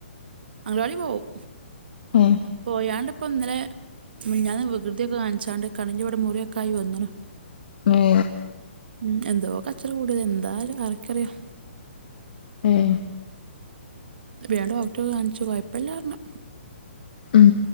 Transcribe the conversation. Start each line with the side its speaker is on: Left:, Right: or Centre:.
Right: അഗലവാടി പോകും
Left: ഏ
Right: പോയാണ്ട് ഇപ്പം ഇന്നലെ ഞാൻ വികൃതിയൊക്കെ കാണിച്ചാണ്ട് കണിന്റെ ഇവിടെ മുറിയൊക്കെ ആയി വന്ണ്
Left: ഏ
Right: ഉം എന്തോ കച്ചറ കൂടിയത് എന്താ ആർക്കറിയാം
Left: ഉം
Right: വേണ്ട ഡോക്ടർ കാണിച്ചു കുഴപല്ലാ പറഞ്ഞു
Left: ഉം